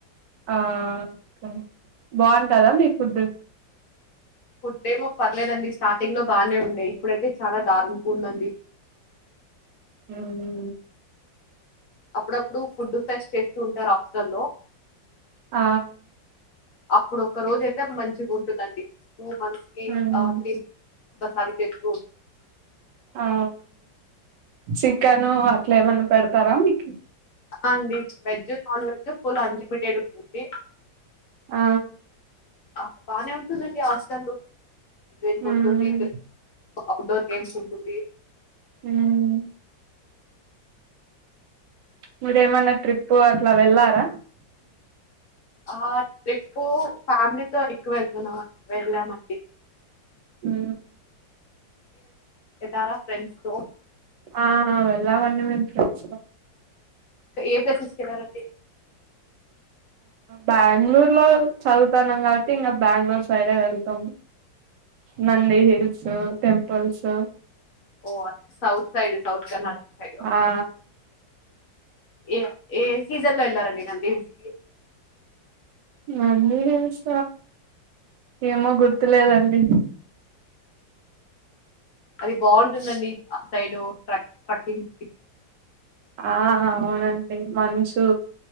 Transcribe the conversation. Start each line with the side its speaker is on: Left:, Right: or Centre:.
Right: ఆ ఓకే బాగుంటాదా మీకు ఫుడ్
Left: ఫుడ్ ఏమో పర్లేదండి స్టార్టింగ్ లో బానే ఉండే ఇప్పుడైతే చాలా దారుణంగా ఉందండి.
Right: ఊ ఊ
Left: అప్పుడప్పుడు ఫుడ్ ఫెస్ట్ చేస్తూ ఉంటారు హాస్టల్లో
Right: ఆ
Left: అప్పుడు ఒక్క రోజ అయితే మంచిగుంటుదండి. టూ మంత్స్ కి
Right: ఉమ్,
Left: అ త్రీ ఒక్కసారి తెచ్
Right: ఆ చికెన్ అట్ ఇట్లా ఏమన్నా పెడతారా మీకి
Left: ఆ అండి veg non veg full unlimited ఉంటుంది.
Right: ఆ
Left: ఆ బానే ఉంటుందండి హాస్టల్లో రైన్బోట్
Right: ఉమ్,
Left: ఉంది అఔట్డోర్ గేమ్స్ ఉంటుంది.
Right: ఉమ్. మీరేమన్నా ట్రిప్పు అట్లా వెళ్లారా
Left: ఆ ట్రిప్పు ఫ్యామిలీతో ఎక్కువ వెళ్తున్నాం అన్ వెల్లాం అండి.
Right: ఊ
Left: తారా ఫ్రెండ్స్తో
Right: ఆ వెళ్ళామండి మేము ఫ్రెండ్స్తో
Left: ఏ ప్లేసెస్కి వెళ్ళారండి.
Right: బెంగళూర్ లో చదువుతాన్నాం కాబట్టి ఇంకా బెంగళూరు సైడే వెళ్తాం నంది హిల్స్ టెంపుల్స్
Left: ఓ south side south Karnataka side
Right: ఆ
Left: ఏ ఏ సీజన్ లో ఎలారండి నంది హిల్స్ కి
Right: మందిీస ఏమో గుర్తులేదండి
Left: అది బాగుంటుందండి ఆ సైడ్ ట్రక్ ట్రెక్కింగ్
Right: ఆ అవునండి మంచు